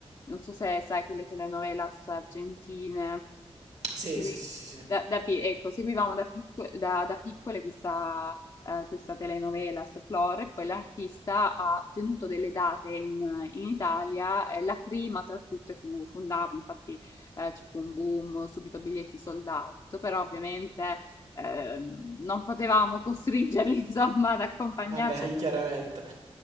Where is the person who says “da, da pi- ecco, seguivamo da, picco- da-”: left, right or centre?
Left